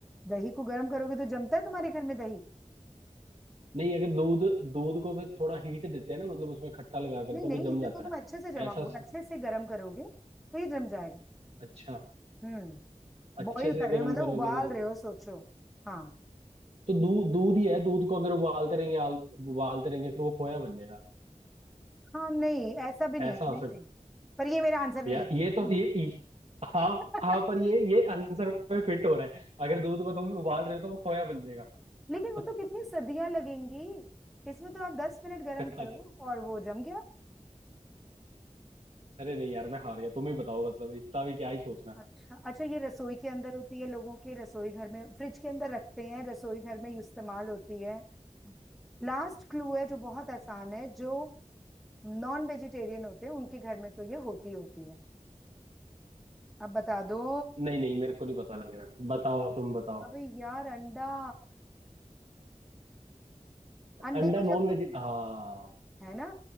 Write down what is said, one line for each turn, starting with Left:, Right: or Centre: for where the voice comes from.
Centre: दही को गर्म करोगे तो जमता है तुम्हारे घर में दही
Right: नहीं अगर दूध दूध को फिर थोड़ा हीट देते हैं ना मतलब उसमें खट्टा लगा कर
Centre: नहीं
Right: तो
Centre: नहीं
Right: वो जम
Centre: इसे
Right: जाता
Centre: तो तुम
Right: है
Centre: अच्छे से जमाओ
Right: ऐसा स-
Centre: अच्छे से गर्म करोगे तो ये जम जाएगा
Right: अच्छा
Centre: हम्म
Right: अच्छे
Centre: बॉईल
Right: से
Centre: कर रहे
Right: गर्म
Centre: हो मतलब
Right: करोगे
Centre: उबाल
Right: तो
Centre: रहे हो सोचो हाँ
Right: तो दूध दूध ही है दूध को अगर उबालते रहेंगे आल, उबालते रहेंगे फिर वो खोया बन जाएगा
Centre: हाँ नहीं ऐसा भी नहीं
Right: ऐसा
Centre: नहीं
Right: हो सकता
Centre: नहीं पर ये मेरा आंसर नहीं
Right: या ये तो
Centre: है
Right: ये ई- हाँ
Centre: <laughs>
Right: हाँ पर ये ये आंसर पे फिट हो रहा है अगर दूध को तुम उबाल रहे हो तो वो खोया बन जाएगा
Centre: लेकिन वो
Right: <laughs>
Centre: तो कितनी सदियां लगेंगी इसमें तो आप दस मिनट गर्म
Right: अच्छा,
Centre: करो और वो जम गया
Right: अरे नहीं यार मैं हार गया तुम ही बताओ मतलब इतना भी क्या ही सोचना
Centre: अच्छा अच्छा ये रसोई के अंदर होती है लोगों के रसोई घर में फ्रिज के अंदर रखते हैं रसोई घर में इस्तेमाल होती है लास्ट क्लू है जो बहुत आसान है जो नॉन वेजिटेरियन होते हैं उनके घर में तो ये होती होती है अब बता दो
Right: नहीं नहीं मेरे को नहीं पता लग रहा बताओ तुम बताओ
Centre: अबे यार अंडा अंडे
Right: अंडा
Centre: को
Right: नॉन
Centre: जब तुम
Right: वेज हाँ
Centre: है ना